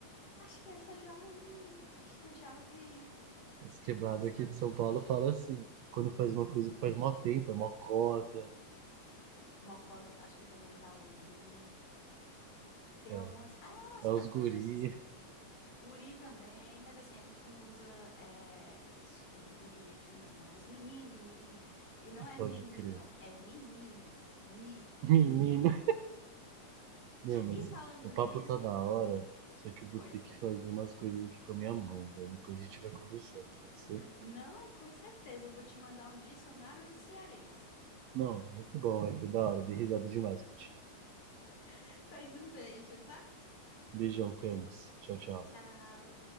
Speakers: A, on the left; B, on the right.
A: Acho que essa eu já ouvi. Acho que eu já ouvi.
B: Esse quebrado
A: Nossa,
B: aqui de São Paulo fala assim, quando faz uma coisa que faz mó tempo, é mó cota,
A: Mocota, tá- acho que eu também já ouvi. Tem
B: é
A: algumas. Ah, as,
B: é os
A: as
B: guri.
A: coisas. Guri também, mas assim, a gente não usa é, isso- é, guri aqui, não. É mais menino, menina. E não
B: <laughs>
A: é
B: Pode
A: menino,
B: crer.
A: é menino. Menino.
B: Menino. Meu, mas
A: E falando
B: o papo
A: nisso,
B: tá da
A: menino.
B: hora, só que eu vou
A: Pois
B: ter que
A: é.
B: fazer umas coisas aqui com a minha mãe, velho. Depois a gente vai conversando, pode ser?
A: Não, com certeza. Eu vou te mandar um dicionário de cearês.
B: Não, muito bom, velho. Foi da hora, dei risada demais contigo.
A: <laughs> Faz um beijo, tá?
B: Beijão, Camis. Tchau, tchau.
A: Tchau.